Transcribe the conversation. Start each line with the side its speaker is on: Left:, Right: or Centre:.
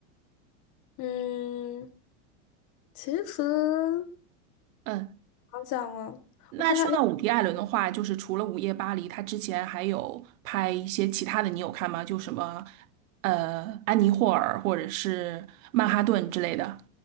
Left: 嗯，其实
Right: 嗯，
Left: 想想啊，
Right: 那说到伍迪·
Left: 我看看你有
Right: 艾伦的话，就是除了《午夜巴黎》，他之前还有拍一些其他的，你有看吗？就什么呃，《安妮霍尔》或者是《曼哈顿》之类的。